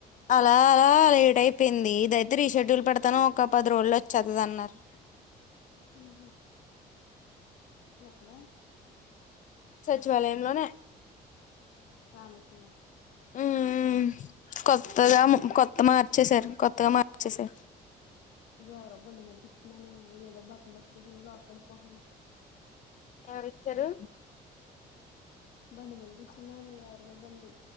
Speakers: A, on the left (about 50°); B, on the left (about 75°).
A: అలా అలా లేట్ అయిపోయింది ఇదయితే రీషెడ్యూల్ పెడతాను ఒక పది రోజులు వొచ్చేతది అన్నారు
B: ఊహూ ఎక్కడ
A: సచివాలయం లోనే
B: రామేస్రమ్మ
A: హ్మ్ మ్మ్ కొత్తగా ము కొత్త మార్చసారు కొత్తగా మార్చేసారు
B: ఇ ఎవరో బండి మీద కూర్చున్నానే ఇదేదో బటన్ నొక్కేశాను లాక్కడి పోతుంది
A: ఎవరు ఇచ్చారు
B: బండి మీద కూర్చున్నావు నువ్వు ఎవరిదో బండి